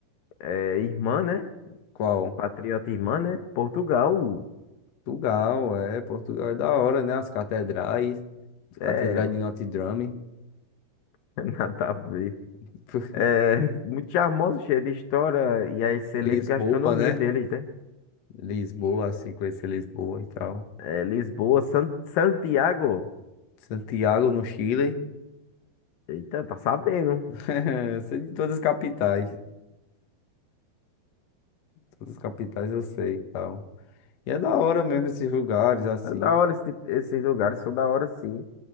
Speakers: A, on the left; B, on the left.
A: é, irmã, né?
B: Qual?
A: Patriota irmã, né? Portugal.
B: Portugal, é. Portugal é da hora, né? As catedrais. As catedrais
A: É,
B: de Notre Dame.
A: <laughs> nada a ver.
B: <laughs>
A: É, muito charmosa, cheia de história e a excelente
B: Lisboa,
A: gastronomia
B: né?
A: deles, né?
B: Lisboa, assim, conhecer Lisboa e tal.
A: É, Lisboa, San- Santiago.
B: Santiago, no Chile.
A: Eita, tá sabendo.
B: <laughs> Eu sei de todas as capitais. Todas as capitais eu sei e tal. E é da hora mesmo esses lugares, assim.
A: É da hora esse tipo- esses lugares, são da hora sim.